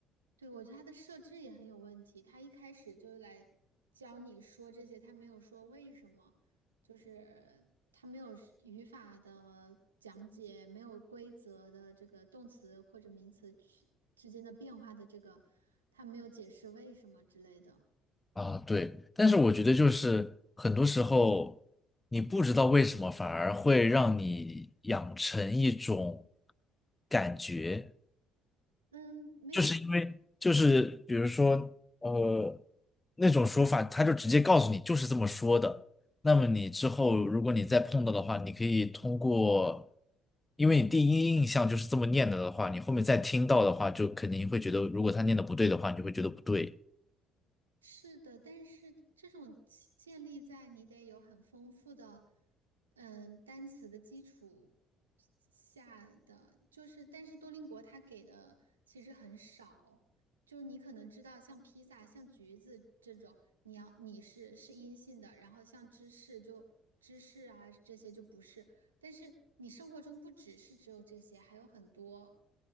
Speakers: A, on the right; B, on the left.
A: 对，我觉得它的设置也很有问题。他一开始就来教你说这些，他没有说为什么，就是他没有是语法的讲解，没有规则的这个动词或者名词之之间的变化的这个，他没有解释为什么之类的。
B: 啊，对，但是我觉得就是很多时候你不知道为什么，反而会让你养成一种感觉，
A: 嗯，没有，
B: 就是因为就是比如说呃那种说法，他就直接告诉你就是这么说的。那么你之后如果你再碰到的话，你可以通过，因为你第一印象就是这么念的的话，你后面再听到的话，就肯定会觉得如果他念的不对的话，你就会觉得不对。
A: 是的，但是这种其建立在你得有很丰富的，嗯，单词的基础下的，就是，但是多邻国它给的其实很少，就你可能知道像披萨、像橘子这种，你要你是是阴性的，然后像芝士就芝士啊这些就不是，但是你生活中不只是只有这些，还有很多，